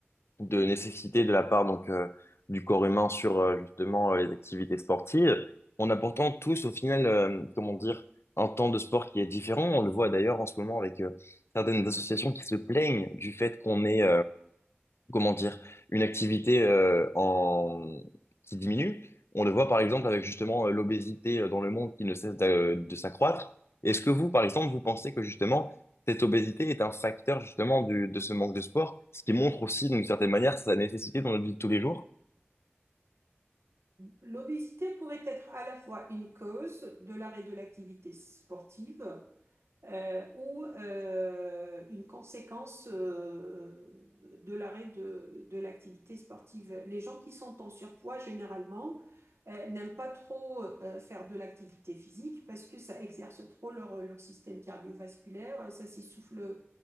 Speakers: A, on the left; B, on the right.
A: de nécessité de la part donc euh, du corps humain sur euh, justement euh, les activités sportives. On a pourtant tous au final, euh, comment dire, un temps de sport qui est différent. On le voit d'ailleurs en ce moment avec euh, certaines associations qui se plaignent du fait qu'on est comment dire, une activité euh, en... qui diminue. On le voit par exemple avec justement euh, l'obésité euh, dans le monde qui ne cesse d'a- de s'accroître. Est-ce que vous, par exemple, vous pensez que justement cette obésité est un facteur justement du, de ce manque de sport, ce qui montre aussi d'une certaine manière sa nécessité dans notre vie de tous les jours?
B: L'obésité pourrait être à la fois une cause de l'arrêt de l'activité sportive euh, ou euh, une conséquence euh, de l'arrêt de, de l'activité sportive. Les gens qui sont en surpoids, généralement, euh, n'aiment pas trop euh, faire de l'activité physique parce que ça exerce trop leur, leur système cardiovasculaire, ça s'essouffle euh,